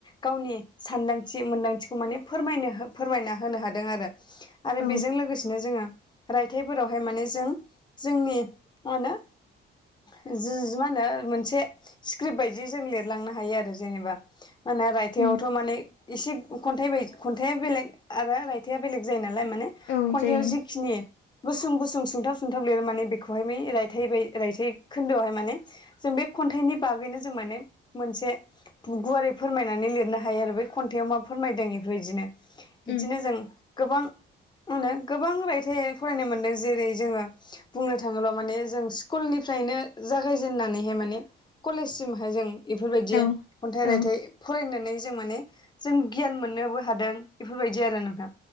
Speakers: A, on the left; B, on the left.
A: गावनि सानदांथि मोन्दांथिखौ माने फोरमायनो फोरमायना होनो हादों आरो आरो
B: औ
A: बेजों लोगोसेनो जोङो रायथाइफोराव ओमफाय माने जों जोंनि मा होनो जि जि मा होनो मोनसे स्क्रिप्ट बायदि जों लिरलांनो हायो आरो जेनेबा। मा होनो रायथायाइावथ'
B: उम
A: माने एसे खन्थाइ बाय खन्थाइया बेलेग आरो रायथाइआ बेलेग जायो नालाय माने
B: औ
A: खन्थाइआव
B: जायो
A: जिखिनि गुसुं गुसुं सुंथाब सुंथाब लिरो माने बेखौहाय बै रायथाइ बै रायथाइ खोन्दोआवहाय माने जों बे खन्थाइनि बागैनो जों माने मोनसे गुवारै फोरमायनानै लिरनो हायो आरो बे खन्थाइयाव मा फोरमायदों इफोर इदिनो बिदिनो
B: उम
A: जों गोबां गोबां रायथाइ फरायनो मोनदों जेरै जोङो बुंनो थाङोब्ला माने जों स्कुलनिफ्रायनो जागायजेननानैहाय माने कलेजसिमहाय जों बेफोरबायदि
B: औ
A: खन्थाइ रायथाइ
B: औ
A: फरायनानै जों माने जों गियान मोननोबो हादों बेफोरबायदि आरो नोंथां